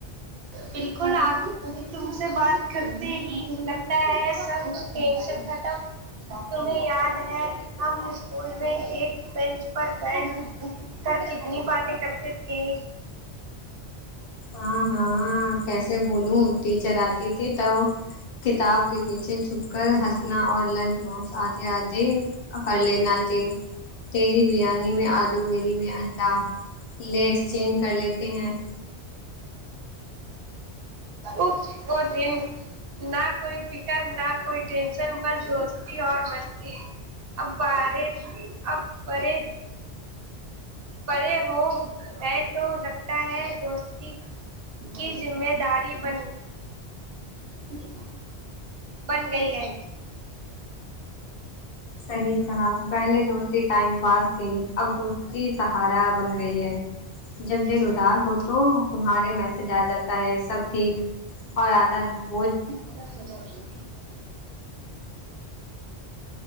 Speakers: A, on the right; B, on the left.
A: بالکل اس تم سے بات کرتے ہی لگتا ہے سب ٹینشن ختم تمہیں یاد ہے ہم اسکول میں ایک بینچ پر بیٹھ کر کتنی باتیں کرتے تھے
B: ہاں ہاں کیسے بھولو ٹیچر آتی تھی تو کتاب کے پیچھے چھپ کر ہنسنا اور لنچ باکس آدھے آدھے اکر لینا تے تیری بریانی میں آلو میری میں انڈا لے ایکسچینج کر لیتے ہیں
A: اف وہ دن نہ کوئی فکر نہ کوئی ٹینشن بس دوستی اور مستی اب بارے اب برے بڑے ہو گئے تو لگتا ہے دوستی کی ذمہ داری بن <inaudible> بن گئی ہے
B: صحیح کہا پہلے دوستی ٹائم پاس تھی اب دوستی سہارا بن گئی ہے جب دل اداس ہو تو تمھارے میسج آ جاتا ہے سب ٹھیک اور آدھا وہ
A: <unintelligible>